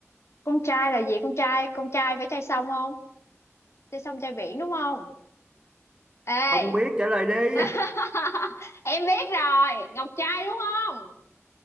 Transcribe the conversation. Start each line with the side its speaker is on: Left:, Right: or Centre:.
Left: con trai là gì con trai con trai phải trai sông không trai sông trai biển đúng không ê
Right: không biết trả lời đi
Left: <laughs> em biết rồi ngọc trai đúng không